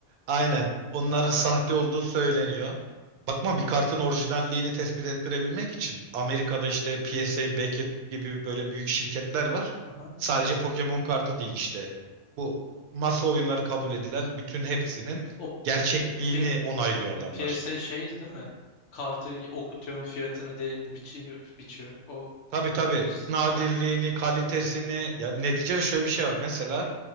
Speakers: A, on the right; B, on the left.
A: Aynen. Onların
B: Ha,
A: sahte olduğu söyleniyor. Bakma bir kartın orijinalliğini tespit ettirebilmek için Amerika'da işte PSA, Beckett gibi böyle büyük şirketler var.
B: aha.
A: Sadece Pokemon kartı değil işte. Bu masa oyunları kabul edilen bütün hepsinin
B: O
A: gerçekliğini
B: P
A: onaylıyor adamlar.
B: ha, PSA şeydi değil mi? Kartı okutuyorsun fiyatını değerini biçiyor, biçiyor. O
A: Tabii tabii.
B: işte
A: Nadirliğini,
B: değil mi? Aynen.
A: kalitesini. Yani neticede şöyle bir şey var. Mesela